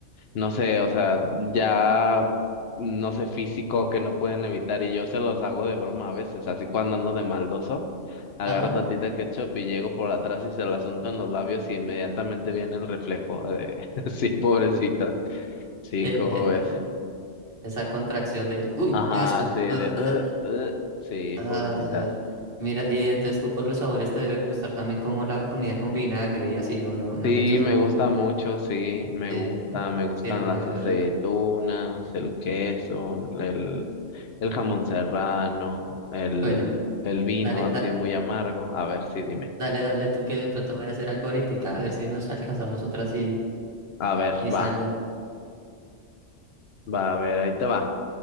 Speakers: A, on the left (about 60°); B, on the right (about 50°).
A: no sé, o sea, ya, no sé, físico que no pueden evitar y yo se los hago de broma a veces, así cuando ando de maldoso, agarro
B: Ajá.
A: tantita ketchup y llego por atrás y se la unto en los labios y inmediatamente viene el reflejo de, <laughs> sí, pobrecitas, sí,
B: El,
A: ¿cómo
B: eh,
A: ves?
B: eh, esa contracción del, uy,
A: Ajá,
B: qué asco.
A: sí, de,
B: Ah, ah,
A: "Ugh, ugh", sí,
B: ah,
A: pobrecitas.
B: ya. Mira, y entonces tú por los sabores te debe gustar también como la comida con vinagre y así, o no, no
A: Sí,
B: le echas
A: me
B: vinagre.
A: gusta mucho, sí, me
B: Sí,
A: gusta,
B: ah,
A: me gustan
B: sí, el vinagre
A: las aceitunas,
B: es rico.
A: el queso, el, el jamón serrano, el,
B: Bueno,
A: el vino
B: dale,
A: así
B: da-
A: muy amargo. A ver, sí, dime.
B: dale, dale tú que de pronto voy a hacer algo ahorita, a ver si nos alcanzamos otras y,
A: A ver,
B: y salgo.
A: va, va, a ver, ahí te va.